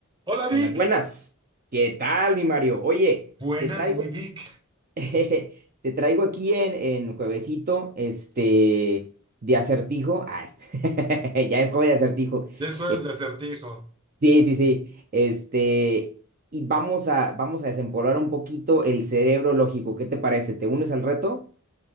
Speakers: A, on the right; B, on the right.
A: Hola Vic,
B: Buenas, buenas. ¿Qué tal, mi Mario? Oye,
A: buenas
B: te traigo,
A: mi Vic,
B: <laughs> te traigo aquí en, en juevesito, este, de acertijo. Ay, <laughs> ya es jueves de acertijo.
A: ya es jueves
B: Este,
A: de acertijo,
B: sí, sí, sí. Este, y vamos a, vamos a desempolvar un poquito el cerebro lógico. ¿Qué te parece? ¿Te unes al reto?